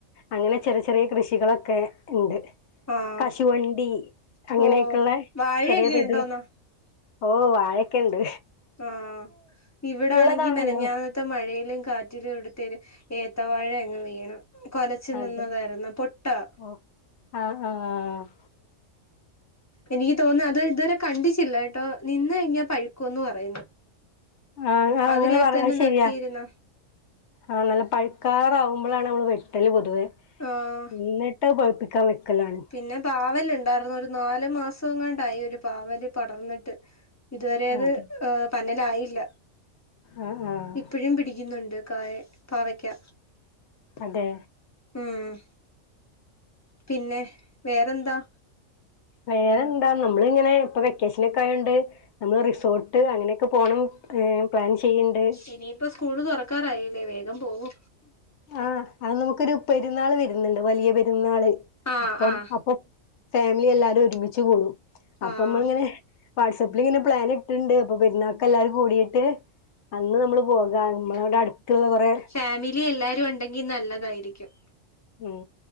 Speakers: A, on the left; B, on the left.
A: അങ്ങനെ ചെറിയ ചെറിയ കൃഷികളൊക്കെ ഇണ്ട്
B: ആഹ്
A: കശുവണ്ടി അങ്ങനെക്കള്ളെ
B: ഓഹ് വാഴയൊക്കെ
A: ചെറിയ തോതില്
B: ഉണ്ടോന്നാ
A: ഓഹ് വാഴക്കേണ്ട്
B: ആഹ് ഇവടെ
A: ഉള്ളതാണല്ലോ
B: ആണെങ്കി മെനഞ്ഞാന്ന ത്തെ മഴയിലും കാറ്റിലും ഇവട്ത്തെ ഒരു ഏത്തവാഴ അങ്ങ്‌ വീണു കൊലച്ചു
A: അതെ
B: നിന്നതായിരുന്നു പൊട്ടാ
A: ഓ ആഹ് ആഹ്
B: എനിക്ക്യ് തോന്ന അത് ഇതുവരെ കണ്ടിച്ചില്ല കേട്ടോ നിന്ന് ഇങ്ങനെ പഴക്കൂന്ന് പറയുന്നു
A: ആഹ് ആഹ്
B: അതിനകത്ത്
A: അങ്ങനെ പറഞ്ഞത്
B: തന്നെ നിർത്തിയിരുന്ന
A: ശരിയാ ആഹ് നല്ലെ പഴുക്കാറാവുമ്പളാണ് ഞമ്മള് വെട്ടല് പൊതുവെ
B: ആഹ്
A: എന്നിട്ടഹ് പഴുപ്പിക്കാൻ വെക്കലാണ്
B: പിന്നെ പാവല് ഇണ്ടാർന്നു ഒരു നാല് മാസങ്ങണ്ടായി ഒരു പാവല് പടർന്ന്ട്ട് ഇതുവരെ അത്
A: അതെ
B: ഏഹ് പനലായില്ല
A: ആഹ് ആഹ്
B: ഇപ്പഴും പിടിക്കുന്നുണ്ട് കായെ പാവക്ക്യാ
A: പ്പ അതെ
B: ആഹ് പിന്നെ വേറെന്താ
A: വേറെന്താ നമ്മള് ഇങ്ങനെ ഇപ്പൊ വെക്കേഷനക്കെ ആയോണ്ട് നമ്മള് റിസോർട്ട് അങ്ങനെക്കെ പോണം <unintelligible> പ്ലാൻ ചെയ്യ്ണ്ട്
B: ഇനിയിപ്പോ സ്കൂള് തൊറക്കാറായില്ലേ വേഗം പോവു
A: ആഹ് അത് നമുക്കൊരു പെരുന്നാള് വര്ന്ന്ണ്ട് വലിയ പെരുന്നാള്
B: ആഹ്
A: അപ്പം
B: ആഹ്
A: അപ്പൊ ഫാമിലി എല്ലാരും ഒരുമിച്ച് കൂടും അപ്പം
B: ആഹ്
A: അമ്മള് ഇങ്ങനെ വാട്സപ്പില് ഇങ്ങനെ പ്ലാന് ഇട്ട്ണ്ട് അപ്പൊ പെരുന്നാക്ക് എല്ലാരും കൂടിയിട്ട് അന്ന് നമ്മള് പോകാൻ അമ്മളാടെ അട്ത്ത്ള്ള കൊറേ
B: ഫാമിലി എല്ലാരും ഉണ്ടെങ്കി നല്ലതായിരിക്ക്യും
A: ഉം